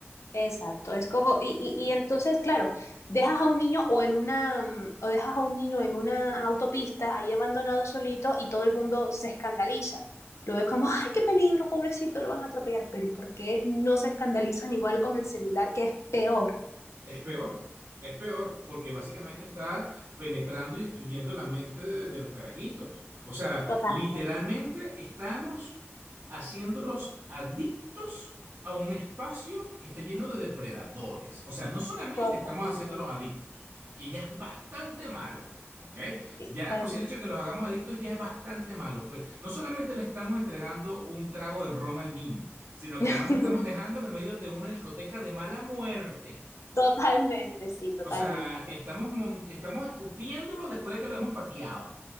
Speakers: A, on the left; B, on the right.
A: Exacto, es como, y, y, y entonces, claro, dejas a un niño o en una, mm, o dejas a un niño en una autopista ahí abandonado solito y todo el mundo se escandaliza. Lo ve como, ay, qué peligro, pobrecito, lo van a atropellar. Pero ¿y por qué no se escandalizan igual con el celular que es peor?
B: Es peor, es peor, porque básicamente está penetrando y destruyendo la mente de, de los carajitos. O sea,
A: Totalmente,
B: literalmente estamos haciéndolos adictos a un espacio que está lleno de depredadores. O sea, no solamente
A: totalmente.
B: estamos haciéndolos adictos, que ya es bastante malo. ¿Ok?
A: Sí,
B: Ya
A: totalmente.
B: por si el hecho de que los hagamos adictos ya es bastante malo, pero no solamente le estamos entregando un trago de ron al niño, sino
A: <laughs>
B: que además lo estamos dejando en el medio de una discoteca de mala muerte.
A: Totalmente, sí, totalmente.
B: O sea, estamos, mon- estamos escupiéndolo después de que lo hemos pateado.